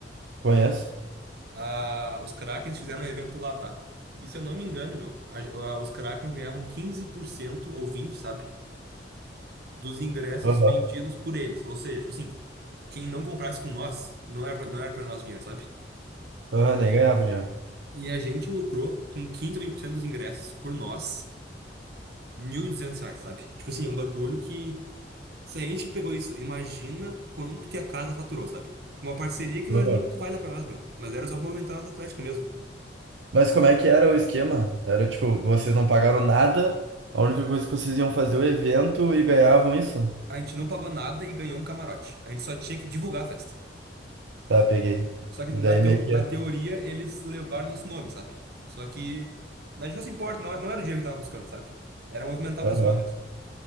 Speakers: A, on the right; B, on the right.
A: Conheço?
B: Ah, os Krakens fizeram um evento lá, tá? E se eu não me engano, meu, a- a- os Krakens ganhavam quinze por cento ou 20, sabe? dos ingressos
A: Aham.
B: vendidos por eles. Ou seja, tipo assim, quem não comprasse com nós, não era pra, não era pra nós dinheiro, sabe?
A: Aham, nem ganhava dinheiro.
B: E a gente lucrou com 15 ou 20% dos ingressos por nós, 1.200 reais, sabe? Tipo assim, é um bagulho que, se a gente pegou isso, imagina quanto que a casa faturou, sabe? Uma parceria que não
A: Aham.
B: era nem muito válida pra nós, meu, mas era só pra movimentar a nossa atlética mesmo.
A: Mas como é que era o esquema? Era tipo, vocês não pagaram nada, a única coisa que vocês iam fazer é o evento e ganhavam isso?
B: A gente não pagou nada e ganhou um camarote. A gente só tinha que divulgar a festa.
A: Tá, peguei.
B: Só que
A: E
B: na,
A: daí
B: teo,
A: meio que.
B: na teoria eles levaram nosso nome, sabe? Só que a gente não se importa, não, é, não era o dinheiro que tava buscando, sabe? Era movimentar
A: Aham,
B: o pessoal mesmo.